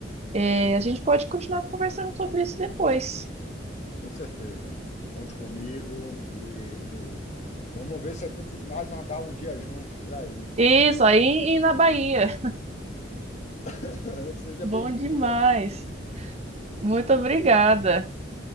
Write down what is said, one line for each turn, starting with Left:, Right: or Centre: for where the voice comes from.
Right: É, a gente pode continuar conversando sobre isso depois.
Left: Com certeza. Conte comigo e <laughs> vamos ver se a gente vai nadar um dia juntos aí.
Right: Isso, aí e na Bahia.
Left: <laughs>
Right: <laughs>
Left: Seja
Right: Bom
Left: bem-vinda
Right: demais.
Left: aqui.
Right: Muito obrigada.